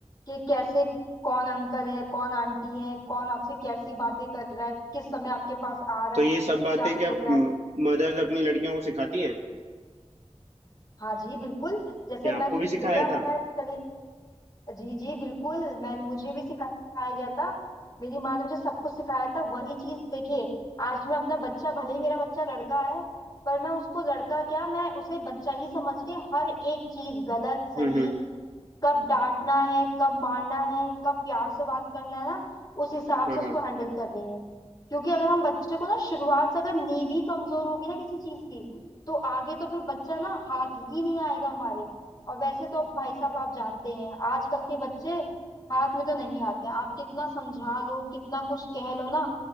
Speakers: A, on the left; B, on the right.
A: कि कैसे कौन अंकल है कौन आंटी है कौन आपसे कैसी बातें कर रहा है किस समय आपके पास आ रहा
B: तो ये
A: है
B: सब बातें
A: क्या बोल
B: क्या
A: रहा है
B: मदर्स अपनी लड़कियों को सिखाती हैं
A: हाँ जी बिल्कुल जैसे
B: क्या
A: मैं
B: आपको भी सिखाया
A: मेरा
B: था
A: है चलिए जी जी बिल्कुल मैंने मुझे भी सिखाया गया था मेरी माँ ने मुझे सब कुछ सिखाया था वही चीज देखिए आज मैं अपना बच्चा भले ही मेरा बच्चा लड़का है पर मैं उसको लड़का क्या मैं उसे बच्चा ही समझ के हर एक चीज गलत सही
B: हम्म हम्म
A: कब डांटना है कब मारना है कब प्यार से बात करना है ना उस हिसाब
B: हाँ
A: से
B: हाँ
A: उसको हैंडल कर रही हूँ क्योंकि अगर हम बच्चे को ना शुरुआत से अगर नींव ही कमजोर होगी ना किसी चीज की तो आगे तो फिर बच्चा ना हाथ ही नहीं आएगा हमारे और वैसे तो भाई साहब आप जानते ही हैं आजकल के बच्चे हाथ में तो नहीं आते आप कितना समझा लो कितना कुछ कह लो ना